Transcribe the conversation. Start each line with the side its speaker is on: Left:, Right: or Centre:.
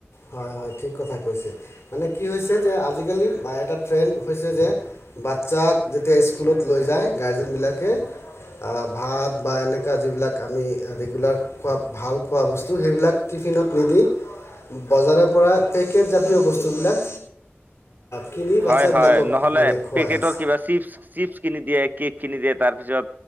Left: হয় হয় ঠিক কথা কৈছে, মানে কি হৈছে যে আজিকালি এটা ট্ৰেণ্ড হৈছে যে বাচ্ছাক যেতিয়া স্কুলত লৈ যায় গাৰ্জেনবিলাকে ভাত বা এনেকুৱা যিবিলাক আমি ৰেগুলাৰ খোৱা ভাল খোৱা বস্তু সেইবিলাক টিফিনত নিদি বজাৰৰ পৰা পেকেট জাতীয় বস্তুবিলাক কিনি বাচ্ছাবিলাকক
Right: হয়, হয়, নহলে
Left: মানে খুৱাই
Right: পেকেটৰ
Left: আছে
Right: কিবা চি্পছ চি্পছ কিনি দিয়ে। কেক কিনি দিয়ে তাৰপিছত